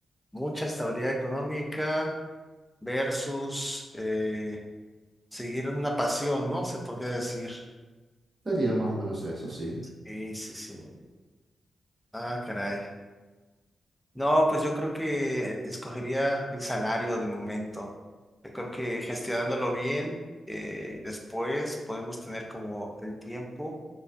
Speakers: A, in the centre; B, on the right (about 30°).
A: mucha estabilidad económica versus eh, seguir una pasión, ¿no? Se podría decir.
B: Sería más o menos eso, sí.
A: Sí, sí, sí. Ah, caray. No, pues yo creo que escogería el salario de momento. Yo creo que gestionándolo bien, eh, después podemos tener como el tiempo